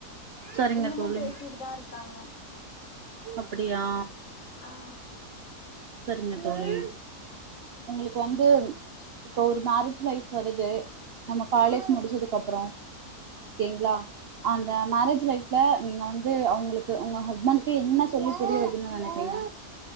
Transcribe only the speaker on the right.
சரிங்க
தோழி
அப்டியா
செரிங்க தோழி உங்ளுக்கு வந்து இப்ப ஒரு மேரேஜ் லைஃப் வருது நம்ம காலேஜ் முடிச்சதுக்கு அப்புறோம் ஓகேங்ளா அந்த மேரேஜ் லைஃப்ல நீங்க வந்து அவுங்களுக்கு உங்க ஹஸ்பண்ட்க்கு என்ன சொல்லி புரிய வைக்கணும்னு நெனப்பீங்க